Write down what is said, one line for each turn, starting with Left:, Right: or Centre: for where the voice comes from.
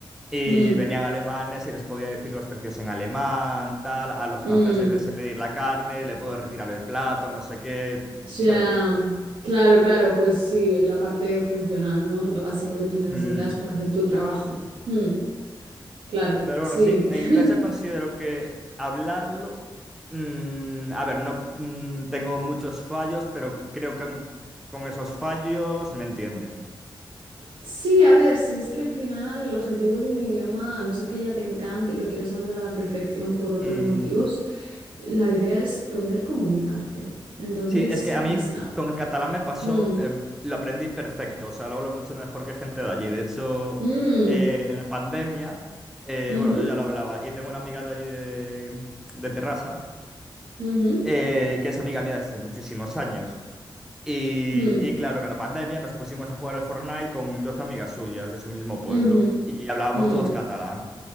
Centre: y
Right: mm,
Centre: venían alemanes y les podía decir los precios en alemán, tal, a los
Right: mm,
Centre: franceses les sé pedir la carne, le puedo retirar el plato, no sé qué,
Right: ya.
Centre: ¿sabes?
Right: Claro, claro, pues sí, la parte funcional, ¿no? Lo básico que tú necesitas
Centre: Mm.
Right: para hacer tu trabajo. Mm, claro,
Centre: Pero
Right: sí.
Centre: bueno, sí,
Right: <laughs>
Centre: en inglés yo considero que hablarlo, mm, a ver, no mm, tengo muchos fallos, pero creo que aun con esos fallos me entienden.
Right: Sí, a ver, si es que al final el objetivo de un idioma, a no ser que ya te encante y lo quieras hablar a la perfección por otros
Centre: Mm,
Right: motivos, la idea es poder comunicarte. Entonces,
Centre: sí, es que a
Right: ya
Centre: mí
Right: está.
Centre: con el catalán me pasó,
Right: Mm,
Centre: em, lo aprendí perfecto, o sea, lo hablo mucho mejor que gente de allí. De hecho,
Right: mm,
Centre: eh, en la pandemia, eh,
Right: ujú,
Centre: bueno, yo ya lo hablaba y tengo una amiga de allí de, de Terrassa,
Right: ujú,
Centre: eh, que es amiga mía desde muchísimos años. Y,
Right: mm,
Centre: y claro, en la pandemia nos pusimos a jugar al Fortnite con dos amigas suyas de su mismo pueblo
Right: ujú,
Centre: y hablábamos
Right: mm,
Centre: todos catalán.